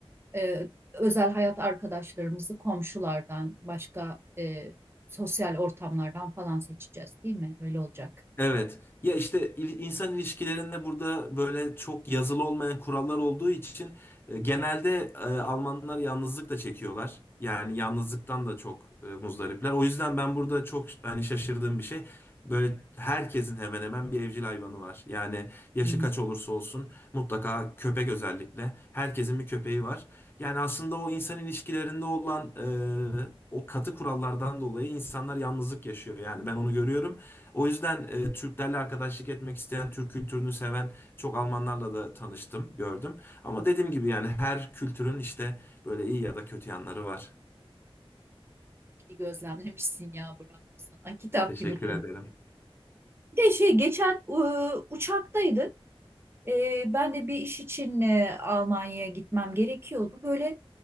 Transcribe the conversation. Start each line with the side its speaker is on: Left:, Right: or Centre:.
Right: e, özel hayat arkadaşlarımızı komşulardan başka e, sosyal ortamlardan falan seçeceğiz değil mi? Öyle olacak.
Left: Evet. Ya işte il- insan ilişkilerinde burada böyle çok yazılı olmayan kurallar olduğu için e, genelde e, Almanlar yalnızlık da çekiyorlar. Yani yalnızlıktan da çok e, muzdaripler. O yüzden ben burada çok hani şaşırdığım bir şey. Böyle herkesin hemen hemen bir evcil hayvanı var. Yani yaşı
Right: Hmm.
Left: kaç olursa olsun mutlaka köpek özellikle herkesin bir köpeği var. Yani aslında o insan ilişkilerinde olan e, o katı kurallardan dolayı insanlar yalnızlık yaşıyor. Yani ben onu görüyorum. O yüzden e, Türklerle arkadaşlık etmek isteyen, Türk kültürünü seven çok Almanlarla da tanıştım, gördüm. Ama dediğim gibi yani her kültürün işte böyle iyi ya da kötü yanları var.
Right: İyi gözlemlemişsin ya bravo sana. Kitap
Left: Teşekkür
Right: gibi. konu.
Left: ederim.
Right: Bir de şey geçen e, uçaktaydık. E, ben de bir iş için e, Almanya'ya gitmem gerekiyordu. Böyle